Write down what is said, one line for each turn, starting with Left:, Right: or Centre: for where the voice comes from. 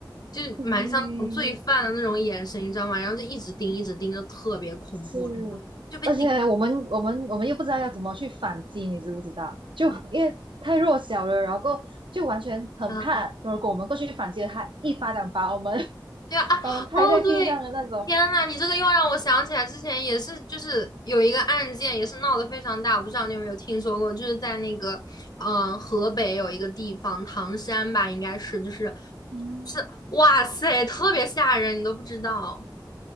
Left: 就是蛮像那种罪犯的那种眼神，
Right: 对，
Left: 你知道吗？然后就一直盯，一直盯，就特别恐怖，
Right: 是，
Left: 真的就被盯。
Right: 而且我们我们我们又不知道要怎么去反击，你知不知道？就因为太弱小了，
Left: 对
Right: 然后就完全很怕，
Left: 嗯
Right: 如果我们过去反击了他，一巴掌把我们 <laughs>
Left: 对啊，啊，
Right: 把我们拍在地上的那种。
Left: 哦对，天呐，你这个又让我想起来之前也是，就是有一个案件也是闹得非常大，我不知道你有没有听说过，就是在那个嗯、呃河北有一个地方唐山吧，应该是就是
Right: 嗯，
Left: 是哇塞，特别吓人，你都不知道。